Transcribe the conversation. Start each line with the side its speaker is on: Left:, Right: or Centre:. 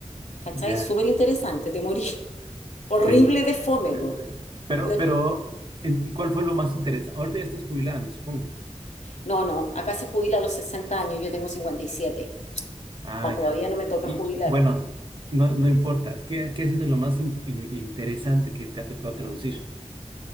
Left: ¿Cachai?
Right: ya,
Left: Súper interesante, te morí. <laughs> Horrible
Right: sí.
Left: de fome,
Right: Pe-
Left: po.
Right: pe- Pero,
Left: Y ocho...
Right: pero, en- ¿y cuál fue lo más interesante? Ahorita ya estás jubilada, me supongo.
Left: No, no, acá se jubila a los 60 años, yo tengo 57.
Right: Ah,
Left: No, todavía
Right: ya.
Left: no me toca
Right: Y
Left: jubilar.
Right: bueno, no, no importa. ¿Qué, qué ha sido lo más in- in- interesante que te ha tocado traducir?